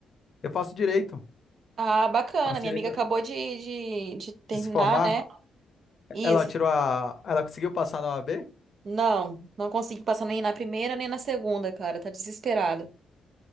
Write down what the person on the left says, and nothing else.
Eu faço direito.
Faço
direito
de se formar.
Ela tirou a. Ela conseguiu passar na OAB?